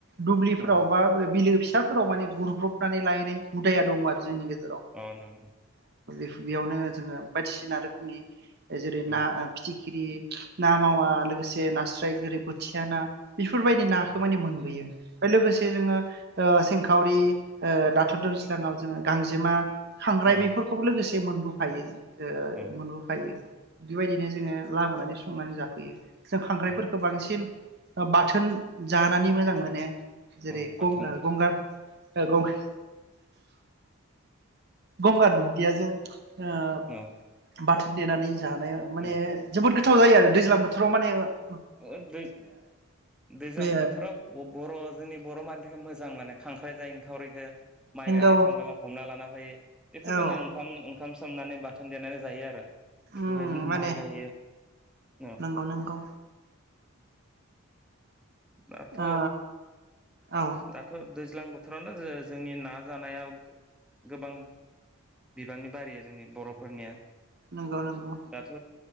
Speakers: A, on the right; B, in the centre.
A: दुब्लिफोराव
B: ओ
A: बा बिलो फिसाफोराव माने गुरब्रब नानै लायनो हुदाया दं आरो जोंनि गेजेर
B: अ नंगौ दे
A: <unintelligible> बेयावनो जोङो बायदिसिना रोखोमनि जेरै
B: उम
A: ना फिथि ग्रि ना मावा लोगोसे नास्राय गोरि बोथिया ना। बेफोरबायदि नाखौ
B: अ
A: माने मोनबोयो। बे लोगोसे जोङो ओ सिंखावरि ओ दाथ' दुर <unintelligible> जोङो गांजेमा खांख्राइ
B: अ
A: बेफोरखौबो लोगोसे <unintelligible> मोनबोफायो। ओ
B: अ
A: मोनबोफायो बेबायदिनो जोङो लाबोनानै सं संनानै जाफैयो। जों खांख्राइफोरखो
B: अ
A: बांसिन ओ बाथोन जानानै मोजां मोनो जेरै
B: अ बाथोन
A: गंगा- गंगार ओ गं- गंगार दुन्दिया जों ओ
B: अ
A: बाथो देनानै जानाया माने
B: उम
A: जोबोद गोथाव जायो आरो दैज्लां बोथो र माने ओ
B: ओ दै दैज्लां
A: बे
B: बोथोराव ब-बर' जोंनि बर' मान मोजां मोनो खांख्राय जाये इंखावरिखौ माइ
A: नोंगौ
B: गायनो थांबोला हमना लाना ओमफाय बेफोर
A: औ
B: दांनाय ओंखाम ओंखाम सोमनानै बाथोन देनानै जायो आरो। बेफोरबायदिनो
A: उम माने
B: माइ गायो, औ।
A: नंगौ नंगौ
B: दाथ'
A: ओ औ
B: दाथ' दैज्लां बोथोरावनो जो- जोंनि ना <unintelligible> नायाव गोबां बिबांनि बारिया जोंनि बर'फोरनिया
A: नंगौ नंगौ
B: दाथ'